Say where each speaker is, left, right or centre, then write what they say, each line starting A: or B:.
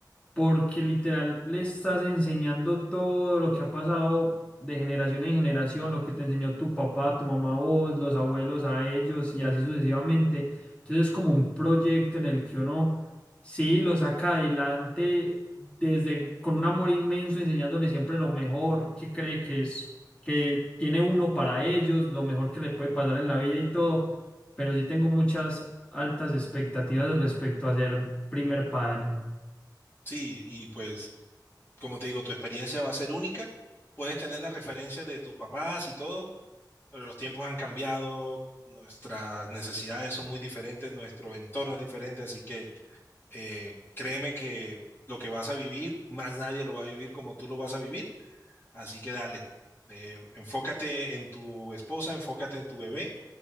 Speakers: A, on the left; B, on the left.
A: porque literal le estás enseñando todo lo que ha pasado de generación en generación, lo que te enseñó tu papá, tu mamá, vos, los abuelos a ellos y así sucesivamente. Entonces es como un proyecto en el que uno Sí, lo saca adelante desde con un amor inmenso, enseñándole siempre lo mejor que cree que es, que tiene uno para ellos, lo mejor que le puede pasar en la vida y todo. Pero sí tengo muchas altas expectativas respecto a ser primer padre.
B: Sí, y pues, como te digo, tu experiencia va a ser única, puedes tener la referencia de tus papás y todo Pero los tiempos han cambiado, nuestras necesidades son muy diferentes, nuestro entorno es diferente, así que eh, créeme que lo que vas a vivir, más nadie lo va a vivir como tú lo vas a vivir, así que dale. Eh, enfócate en tu esposa, enfócate en tu bebé,